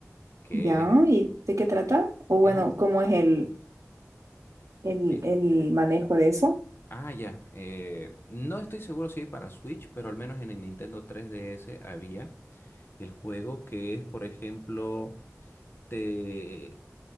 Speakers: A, on the left (about 45°); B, on the right (about 75°).
A: que
B: ya.
A: es,
B: ¿Y de qué trata? O bueno,
A: es un...
B: ¿cómo es el, el,
A: eh,
B: el manejo de eso?
A: ah, ya, eh, no estoy seguro si hay para Switch, pero al menos en el Nintendo 3DS había el juego que es, por ejemplo, te